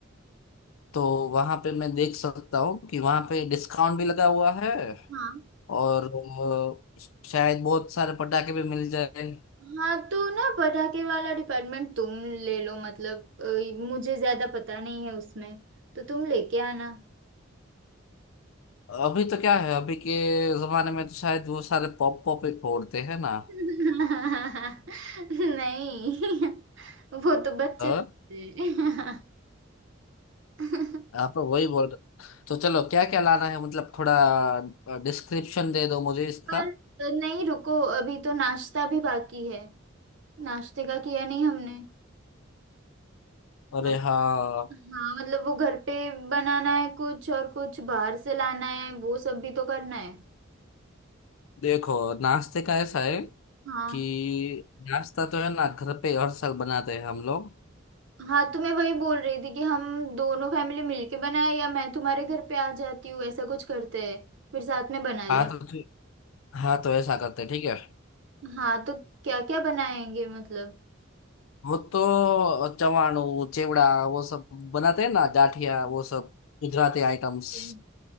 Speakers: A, on the left (about 85°); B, on the right (about 65°).
A: तो वहां पे मैं देख सकता हूँ कि वहां पे डिस्काउंट भी लगा हुआ है
B: हाँ
A: और अ, शायद बहुत सारे पटाखे भी मिल जाए
B: हाँ तो ना पटाखे वाला डिपार्टमेंट तुम ले लो मतलब अ, मुझे ज्यादा पता नहीं है उसमें तो तुम लेके आना
A: अभी तो क्या है अभी के जमाने में तो शायद वो सारे पॉप पॉप ही फोड़ते हैं ना
B: <laughs> नहीं वो तो बच्चे
A: हाँ
B: फंसे। <laughs>
A: आप तो वही बोल रहे तो चलो क्या क्या लाना है मतलब थोड़ा डिस्क्रिप्शन दे दो मुझे इसका
B: पर अ, नहीं रुको अभी तो नाश्ता भी बाकी है नाश्ते का किया नहीं हमने
A: अरे
B: मत,
A: हाँ
B: हाँ मतलब वो घर पे बनाना है कुछ और कुछ बाहर से लाना है वो सब भी तो करना है
A: देखो नाश्ते का ऐसा है
B: हाँ
A: कि नाश्ता तो है ना घर पे हर साल बनाते हैं हम लोग
B: हाँ तो मैं वही बोल रही थी कि हम दोनों फैमिली मिलके बनाए या मैं तुम्हारे घर पे आ जाती हूँ ऐसा कुछ करते हैं फिर साथ में बना लेंगे
A: हाँ तो ठीक- हाँ तो ऐसा करते हैं ठीक है
B: हाँ तो क्या क्या बनाएंगे मतलब
A: वो तो चवाणू चिवड़ा वो सब बनाते हैं ना जाठिया
B: हाँ
A: वो सब गुजराती आइटम्स
B: ठीक